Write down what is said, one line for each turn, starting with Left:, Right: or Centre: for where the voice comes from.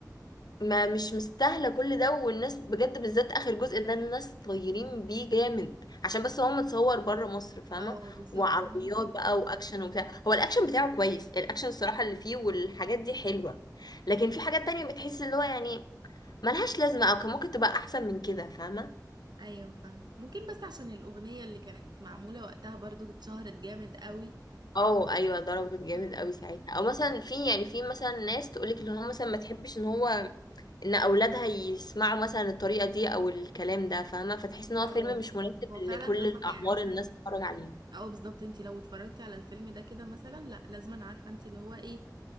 Left: ما مش مستاهله كل ده والناس بجد بالذات اخر جزء ده الناس طايرين بيه جامد عشان بس هو متصور بره مصر فاهمه
Right: اه بالظبط
Left: وعربيات
Right: كده ممكن
Left: بقى واكشن وبتاع هو الاكشن بتاعه كويس الاكشن الصراحه اللي فيه والحاجات دي حلوه لكن في حاجات تانية بتحس اللي هو يعني ملهاش لازمه او كان ممكن تبقى احسن من كده فاهمه
Right: ايوه فاهم ممكن بس عشان الاغنيه اللي كانت معموله وقتها برضو اتشهرت جامد قوي
Left: اه ايوه ضربت جامد
Right: بالظبط
Left: قوي
Right: كده
Left: ساعتها او مثلا في يعني في مثلا ناس تقولك اللي هو مثلا ما تحبش ان هو ان اولادها يسمعوا مثلا الطريقه دي او الكلام ده فاهمه فتحس ان هو
Right: اه
Left: فيلم مش مناسب
Right: هو فعلا
Left: لكل
Right: ده صح
Left: الاعمار
Right: يعني مثلا
Left: الناس تتفرج عليه
Right: اه بالظبط انت لو اتفرجتي على الفيلم ده كده مثلا لا لازما عارفه انت اللي هو ايه